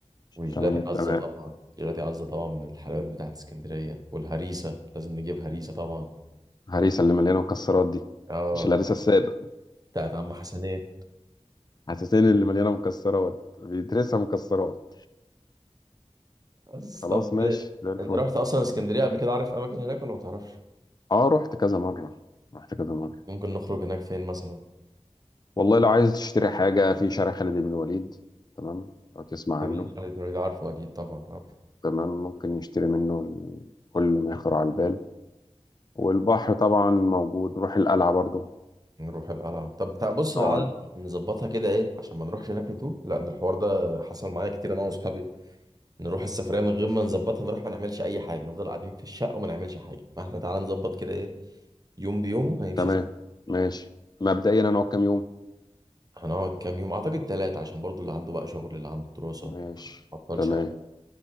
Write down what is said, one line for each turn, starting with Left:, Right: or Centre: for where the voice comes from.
Right: والجيلاتي
Left: تمام التمام
Right: عزة طبعا جيلاتي عزة طبعا من الحلويات بتاعت اسكندرية والهريسة لازم نجيب هريسة طبعا
Left: الهريسه اللي مليانه مكسرات دي
Right: اه
Left: مش الهريسه الساده
Right: بتاعت عم حسنات
Left: حساسين اللي مليانه مكسرات بيدرسها مكسرات
Right: بس
Left: خلاص
Right: طب
Left: ماشي زي الفل
Right: انت رحت اصلا اسكندرية قبل كده عارف اماكن هناك ولا ما تعرفش
Left: اه رحت كذا مره رحت كذا مره
Right: ممكن نخرج هناك فين مثلا
Left: والله لو عايز تشتري حاجه في شارع خالد بن الوليد تمام لو تسمع
Right: جمال
Left: عنه
Right: خالد بن الوليد عارفه اكيد طبعا عارف
Left: تمام ممكن يشتري منه ال- كل ما يخطر على البال والبحر طبعا موجود نروح القلعة برضو
Right: نروح القلعة طب تع- بص تعالى
Left: نقعد
Right: نظبطها كده ايه عشان ما نروحش هناك نتوه لان الحوار ده حصل معايا كتير انا واصحابي نروح السفرية من غير ما نظبطها نروح ما نعملش اي حاجة نفضل قاعدين في الشقة وما نعملش حاجة فاحنا تعالى نظبط كده ايه يوم بيومه هيمشي
Left: تمام
Right: ازاي
Left: ماشي مبدئيا هنقعد كام يوم
Right: هنقعد كام يوم اعتقد ثلاثة عشان برضو اللي عنده بقى شغل اللي عنده دراسة
Left: ماشي
Right: مبطلش
Left: تمام
Right: أوي.